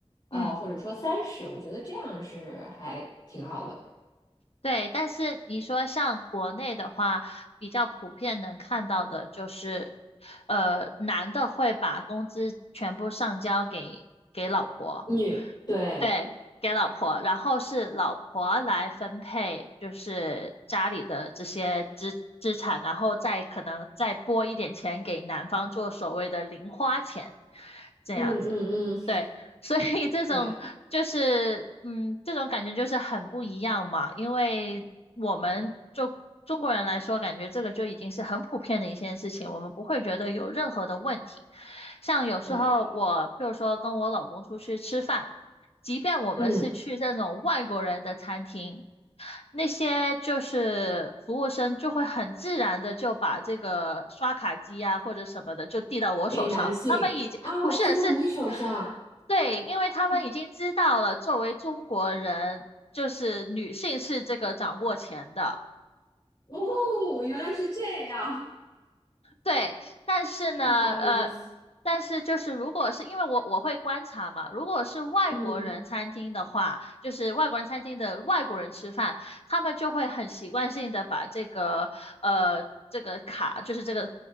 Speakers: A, on the left (about 45°); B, on the left (about 65°).
A: 啊，
B: 嗯。
A: 或者说三十，我觉得这样是还挺好的。
B: 对，但是你说像国内的话，比较普遍能看到的就是，呃，男的会把工资全部上交给给老婆，
A: 女，对，
B: 对，给老婆，然后是老婆来分配，就是家里的这些资资产，然后再可能再拨一点钱给男方做所谓的零花钱，这样子。
A: 嗯嗯嗯，
B: 对，所以这种就是，
A: 对
B: 嗯，这种感觉就是很不一样嘛。因为我们就中国人来说，感觉这个就已经是很普遍的一件事情，我们不会觉得有任何的问题。像有时候我，
A: 对，
B: 比如说跟我老公出去吃饭，即便我们是去这种外国人的餐厅。
A: 嗯，
B: 那些就是服务生就会很自然的就把这个刷卡机啊或者什么的就递到我手上，
A: 给男性啊，
B: 他们已经不是是，
A: 滴到你手上，
B: 对，因为他们已经知道了，
A: 哇
B: 作为中国人，就是女性是这个掌握钱的。
A: 哦，原来是这样，
B: 对，但是呢，
A: 这好有意思。
B: 呃，但是就是如果是因为我我会观察嘛，如果是外国人餐厅的话，
A: 嗯，
B: 就是外国人餐厅的外国人吃饭，他们就会很习惯性的把这个呃这个卡，就是这个